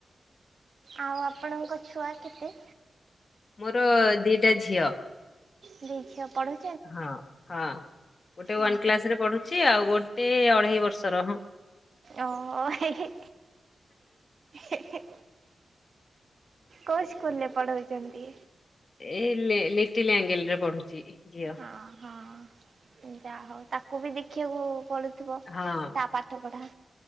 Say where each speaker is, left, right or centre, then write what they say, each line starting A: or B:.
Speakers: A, on the right; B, on the left.
A: ଆଉ ଆପଣଙ୍କ ଛୁଆ କେତେ?
B: ମୋର ଦିଟା ଝିଅ।
A: ଦି ଝିଅ ପଢୁ
B: ହଁ ହଁ ଗୋଟେ ୱାନ୍
A: ଓହୋ
B: କ୍ଲାସରେ ପଢୁଛି ଆଉ ଗୋଟେ ଅଢେଇ ବର୍ଷର ହବ। ହଁ ‌।
A: ଓହ। ହେ ହେଁ ହେଁ ଏ କୋଉ ସ୍କୁଲ ରେ ପଢଉଛନ୍ତି।
B: ଏ ଲି ଲିଟିଲି ଆଙ୍ଗେଲ ରେ ପଢୁଛି ଝିଅ।
A: ହଁ ହଁ ଯାହା ହଉ ତାକୁ ବି ଦେଖିବାକୁ ପଢୁଥିବ
B: ହଁ
A: ତା ପାଠ ପଢା।